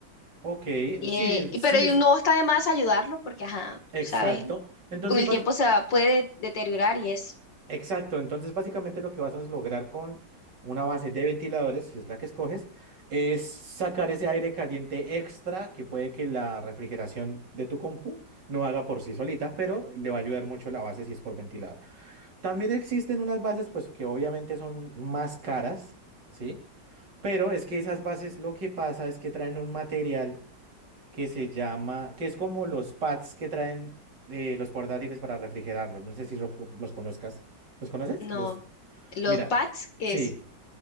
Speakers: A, on the right; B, on the left.
A: ok,
B: Eh,
A: sí, sí,
B: y- pero y
A: es-
B: no está de más ayudarlo porque, ajá, tú
A: exacto.
B: sabes,
A: Entonces,
B: con el
A: bas-
B: tiempo se va, puede deteriorar y es,
A: Exacto, entonces básicamente lo que vas a lograr con una base de ventiladores, si es la que escoges, es sacar ese aire caliente extra que puede que la refrigeración de tu compu no haga por sí solita, pero le va a ayudar mucho la base si es por ventilar. También existen unas bases pues que obviamente son más caras, ¿sí? Pero es que esas bases lo que pasa es que traen un material que se llama, que es como los pads que traen eh, los portátiles para refrigerarlos. No sé si los, los conozcas. ¿Los conoces?
B: no,
A: Los,
B: los
A: mira,
B: pads, que
A: sí,
B: es,